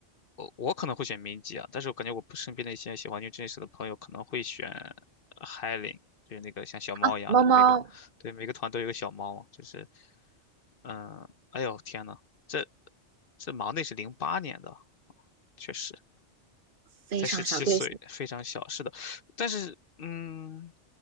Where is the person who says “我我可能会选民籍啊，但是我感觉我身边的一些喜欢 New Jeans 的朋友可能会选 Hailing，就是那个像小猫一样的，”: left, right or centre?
Left